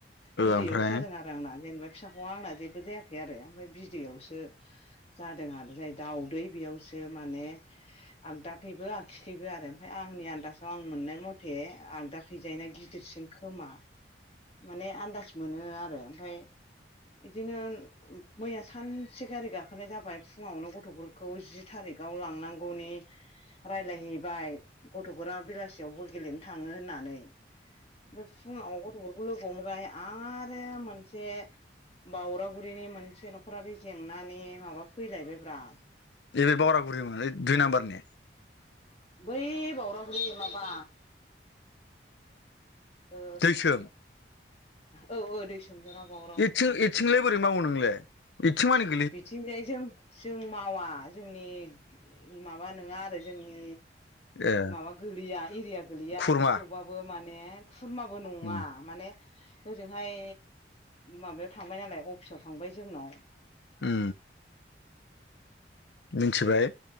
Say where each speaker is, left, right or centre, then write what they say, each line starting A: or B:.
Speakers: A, on the left; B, on the left.
A: बिदैआवसो
B: ओमफ्राय
A: जादों आरो। आंना जेनेबा फिसाख'आ आंना जेबो जायाखै आरो आमफ्राय बिदैआवसो। जादों आरो जाय दाउदै बेयावसो माने। आगदाखैबो आगिखैबो आरो आमफाय आंनि आन्दासाव आं मोननाय मथे आगदा। फैजाय ना गिदिरसिन खोमा माने आन्दास मोनो आरो आमफाय। इदिनो। ओ मैया सानसे गारि गाखोनाय जाबाय फुङावनो गथ'फोरखौ जि थारिआव लांनांगौनि। रायलायहैबाय गथ'फोरा बेलासियावबो गेलेनो थाङो होननानै। बे फुङाव गथ'फोरखौ लोगो हमबाय आरो मोनसे। बावरागुरिनि मोनसे न'खरारि बे जेंनानि माबा फैलायबायब्रा।
B: ए बे बावरागुरिमोन ओ दुइ नाम्बारनि?
A: बै बावरागुरि माबा? ओ
B: दैसोम
A: औ औ दै सोमजोना बाव।
B: एथिं एथिंलाय बोरै मावो नोंलाय इथिंमानि।
A: बिथिंजाय जों जों मावा जोंनि माबा नङा आरो जोंनि।
B: ए
A: माबा गोलैया एरिया गोलैया
B: खुरमा
A: आमफाय थेवबाबो माने। खुरमाबो नङा
B: उम
A: माने। हजोंहाय माबायाव थांबाय नालाय अफिसाव थांबाय जोंनाव।
B: ओ। दिनथिबाय।